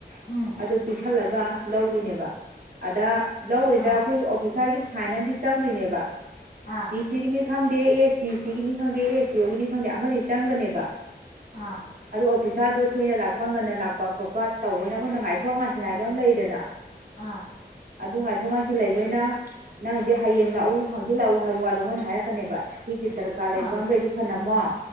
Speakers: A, on the left; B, on the right.
A: ꯎꯝ
B: ꯑꯗꯨ ꯄꯤꯤꯁꯜꯂꯒ ꯂꯧꯔꯤꯅꯦꯕ ꯑꯗ ꯂꯧꯔꯤꯗ
A: ꯑꯥ
B: ꯑꯩꯈꯣꯏꯒꯤ ꯑꯣꯐꯤꯁꯥꯔꯒꯤ ꯁꯥꯏꯟ ꯑꯃꯗꯤ ꯆꯪꯗꯣꯏꯅꯦꯕ
A: ꯑ
B: ꯗꯤ ꯁꯤꯒꯤꯅꯤ ꯈꯪꯗꯦ ꯑꯦꯁ ꯁꯤ ꯁꯤꯒꯤꯅꯤ ꯈꯪꯗꯦ ꯑꯦꯁ ꯁꯤ ꯑꯣꯒꯤꯅꯤ ꯈꯪꯗꯦ ꯑꯃꯗꯤ ꯆꯪꯒꯅꯦꯕ
A: ꯑꯥ
B: ꯑꯗꯨꯣ ꯑꯣꯐꯤꯁꯥꯔꯗꯣ ꯊꯦꯡꯅ ꯂꯥꯛꯄ ꯉꯟꯅ ꯂꯥꯛꯄ ꯈꯣꯠꯄ ꯇꯧꯕꯅ ꯑꯩꯈꯣꯏꯅ ꯉꯥꯏꯊꯣꯛ ꯉꯥꯏꯁꯤꯅ ꯍꯥꯏꯕ ꯑꯃ ꯂꯩꯗꯅ
A: ꯑꯥ
B: ꯑꯗꯨ ꯉꯥꯏꯊꯣꯛ ꯉꯥꯏꯁꯤꯜ ꯂꯩꯕꯅꯤꯅ ꯅꯪꯁꯦ ꯍꯌꯦꯡ ꯂꯥꯛꯎ ꯍꯥꯡꯁꯤꯤꯜꯂꯛꯎ ꯍꯥꯏꯕ ꯋꯥꯠ ꯑꯗꯨ ꯃꯅ ꯍꯥꯏꯔꯛꯀꯅꯦꯕ ꯁꯤꯗꯤ ꯗꯔꯀꯥꯔ ꯂꯩꯕ
A: ꯑꯥ
B: ꯑꯃꯈꯩꯗꯤ ꯐꯅꯝꯃꯣ